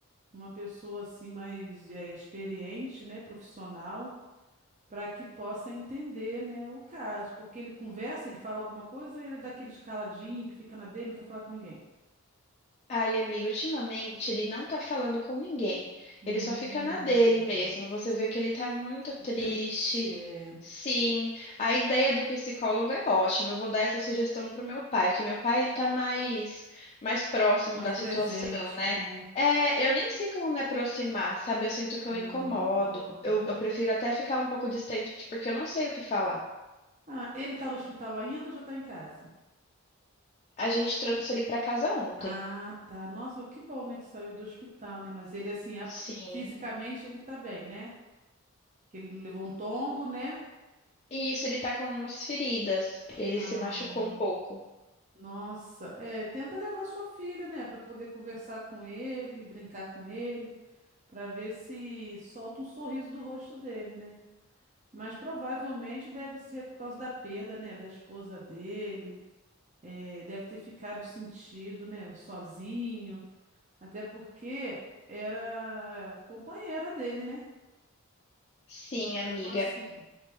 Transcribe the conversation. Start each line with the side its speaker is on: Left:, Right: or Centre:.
Right: Uma pessoa assim mais é, experiente, né? Profissional, para que possa entender, né, o caso. Porque ele conversa, ele fala alguma coisa, ou ele é daquele escaladinho que fica na dele, não quer falar com ninguém.
Left: Ai, amigo, ultimamente ele não tá falando com ninguém.
Right: Hum,
Left: Ele só fica na dele mesmo. Você vê que ele tá muito triste.
Right: triste, é.
Left: Sim, a ideia do psicólogo é ótima. Eu vou dar essa sugestão pro meu pai, que meu pai ele tá mais mais próximo
Right: Mais
Left: da
Right: presente,
Left: situação, né?
Right: né?
Left: É, eu nem sei como me aproximar, sabe? Eu sinto que
Right: Hum.
Left: eu incomodo. Eu, eu prefiro até ficar um pouco distante porque eu não sei o que falar.
Right: Ah, ele está no hospital ainda ou já está em casa?
Left: A gente trouxe ele pra casa ontem.
Right: Ah, tá. Nossa, que bom, né, que saiu do hospital, né? Mas ele, assim, a-
Left: Sim.
Right: fisicamente ele tá bem, né? Que ele não levou um tombo, né?
Left: E isso, ele tá com umas feridas. Ele
Right: Ah,
Left: se machucou um pouco.
Right: nossa. É, tenta levar sua filha, né, Pra poder conversar com ele, brincar com ele, pra ver se solta um sorriso do rosto dele, né? Mas provavelmente deve ser por causa da perda, né, da esposa dele. É, deve ter ficado sentido, né, sozinho. Até porque era companheira dele, né?
Left: Sim,
Right: Então,
Left: amiga,
Right: assim,